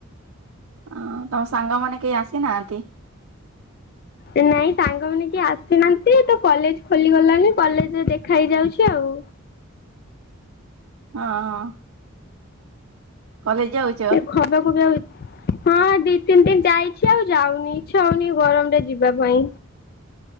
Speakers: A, on the right (about 80°); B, on the left (about 45°).
A: ଆଁଉ ତମ ସାଙ୍ଗମାନେ କେହି ଆସିନାଆନ୍ତି?
B: ଏ ନାଇଁ, ସାଙ୍ଗମାନେ କିଏ ଆସିନାନ୍ତି, ତ କଲେଜ ଖୋଲିଗଲାଣିି, କଲେଜରେ ଦେଖା ହେଇଯାଉଛି ଆଉ।
A: ହଁ, ହଁ। କଲେଜ ଯାଉ
B: ଏ ଖରାକୁ ବି ଆଉ ଏ ହଁ, ଦି ତିନି ଦିନି ଯାଇଛି ଆଉ ଯାଉନି, ଇଚ୍ଛା ହଉନି ଏ ଗରମରେ ଯିବା ପାଇଁ।